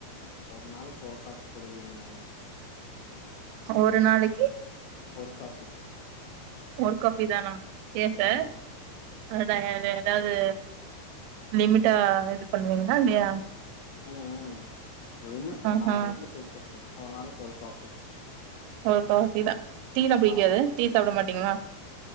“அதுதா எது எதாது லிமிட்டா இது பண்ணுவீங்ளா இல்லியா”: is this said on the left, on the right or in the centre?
Right